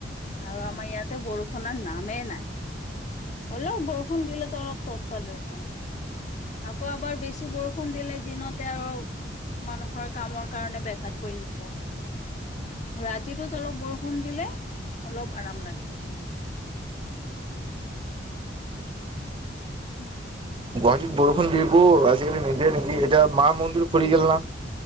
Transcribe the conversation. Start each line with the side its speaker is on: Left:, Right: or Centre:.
Left: আৰু আমাৰ ইয়াতে বৰষুণৰ নামেই নাই হলেও বৰষুণ দিলেতো অলপ তত পালো হয় আকৌ আমাৰ বেছি বৰষুণ দিলে দিনতে আৰু মানুহৰ কামৰ কাৰণে বেঘাত পৰি যায় ৰাতিটোত অলপ বৰষুণ দিলে অলপ আৰাম লাগে <unintelligible>
Right: গুৱাহাটী বৰষুণ দিব আজিকালি নিদিয়ে নেকি এতিয়া মা মন্দিৰ পৰি গল না